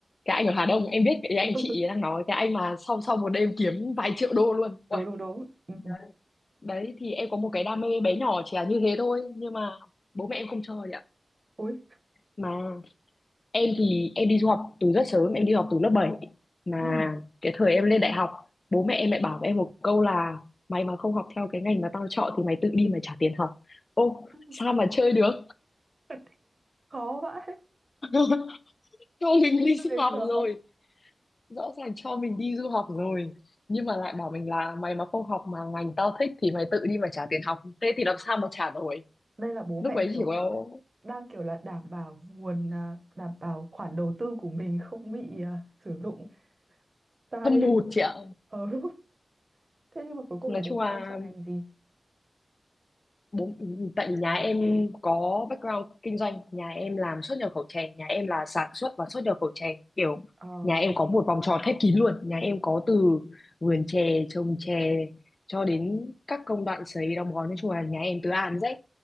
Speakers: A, on the left (about 45°); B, on the right (about 35°).
A: cái anh ở Hà Đông em biết cái
B: <laughs>
A: anh chị đang nói cái anh mà sau sau một đêm kiếm vài triệu đô luôn
B: Đúng
A: Uầy,
B: đúng đúng. Ừ.
A: đấy. đấy thì em có một cái đam mê bé nhỏ chỉ là như thế thôi nhưng mà bố mẹ em không cho vậy ạ
B: Ui.
A: mà em thì em đi du học từ rất sớm em đi học từ lớp bảy mà
B: Ừ.
A: cái thời em lên đại học bố mẹ em lại bảo với em một câu là mày mà không học theo cái ngành mà tao chọn thì mày tự đi mà trả tiền học ô
B: <laughs>
A: sao mà chơi được
B: Thật khó vãi
A: <laughs> cho mình
B: Em
A: đi du
B: thấy
A: học
B: khó
A: rồi rõ ràng cho mình đi du học rồi nhưng mà lại bảo mình là mày mà không học mà ngành tao thích thì mày tự đi mà trả tiền học thế thì làm sao mà trả nổi
B: đây là bố
A: lúc
B: mẹ
A: ấy
B: kiểu
A: chỉ có
B: đang kiểu là đảm bảo nguồn à, đảm bảo khoản đầu tư của mình không bị à, sử dụng sai
A: hâm mộ chị ạ
B: <laughs> ừ. Thế nhưng mà cuối cùng
A: nói
B: là bố
A: chung
B: mẹ
A: là
B: em chọn ngành gì?
A: bốn tại vì nhà em có background kinh doanh nhà em làm xuất nhập khẩu chè nhà em là sản xuất và xuất nhập khẩu chè kiểu
B: Ờ,
A: nhà em có một vòng tròn khép kín luôn nhà em có từ vườn chè trồng chè cho đến các công đoạn sấy đóng gói nói chung là nhà em từ A đến Z